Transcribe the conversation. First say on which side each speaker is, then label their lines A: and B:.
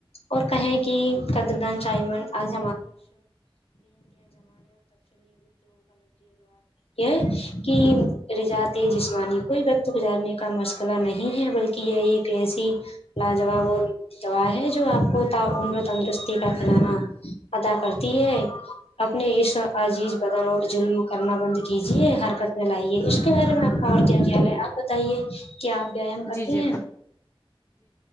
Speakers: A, on the left; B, on the left.
A: اور کہیں
B: جی
A: کہ قدردن چائمن <unintelligible> یہ کہ رجات جسمانی کوئی وقت گزارنے کا مسئلہ نہیں ہے بلکہ یہ ایک ایسی لاجواب اور دوا ہے جو آپ کو تا عمر تندرستی کا کھزانہ ادا کرتی ہے اپنے اس عجیز بدن اور ظلم کرنا بند کیجیے حرکت میں لائیے اس اس کے بارے میں آپ کا کیا خیال ہے اپ بتائیے بتائیے کیا آپ ویایام
B: جی
A: کرتی
B: جی
A: ہیں